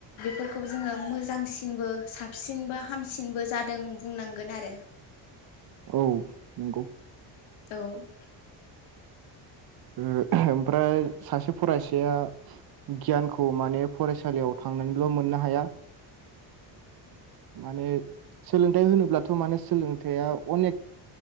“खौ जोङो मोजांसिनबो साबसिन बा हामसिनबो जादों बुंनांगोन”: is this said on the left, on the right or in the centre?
Left